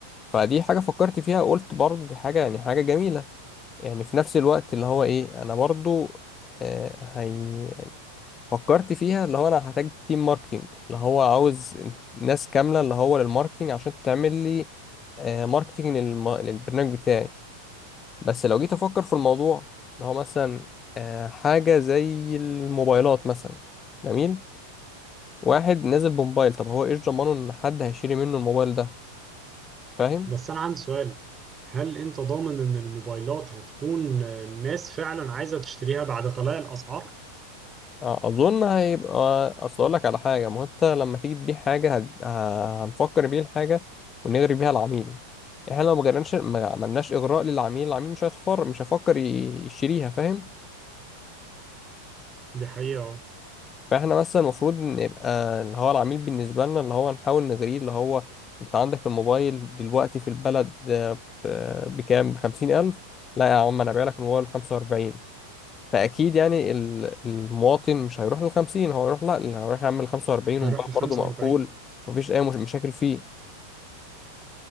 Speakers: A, on the left (about 20°); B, on the right (about 20°).
A: فدي حاجة فكرت فيها قلت برضه دي حاجة يعني حاجة جميلة يعني في نفس الوقت اللي هو ايه انا برضه آه، هي فكرت فيها اللي هو انا هحتاج تيم ماركتينج اللي هو عاوز ناس كاملة اللي هو للماركتينج عشان تعمل لي آه، ماركتينج للم... للبرنامج بتاعي بس لو جيت افكر في الموضوع اللي هو مثلا آه، حاجة زي الموبايلات مثلا جميل واحد نازل بموبايل طب هو ايش ضمانه ان حد هيشتري منه الموبايل ده فاهم
B: بس أنا عندي سؤال هل أنت ضامن إن الموبايلات هتكون الناس فعلا عايزة تشتريها بعد غلاء الأسعار؟
A: آه، اظن هيبقى اصل اقول لك على حاجه ما هو انت لما تيجي تبيع حاجه هت- ه- هنفكر بيه الحاجه ونغري بيها العميل احنا لو ما غرناش ما عملناش اغراء للعميل العميل مش هيتفر مش هيفكر ي- يشتريها فاهم
B: دي حقيقة اه
A: فاحنا مثلا المفروض نبقى اللي هو العميل بالنسبه لنا اللي هو نحاول نغريه اللي هو انت عندك الموبايل دلوقتي في البلد آه، ب- بكام بخمسين الف لا يا عم انا بايع لك الموبايل بخمسة واربعين فاكيد يعني ال- المواطن مش هيروح لل 50 هو هيروح لا اللي هيروح يعمل 45
B: هيروح
A: وموبايل
B: لخمسة
A: برضه مقفول
B: وأربعين
A: مفيش اي مش مشاكل فيه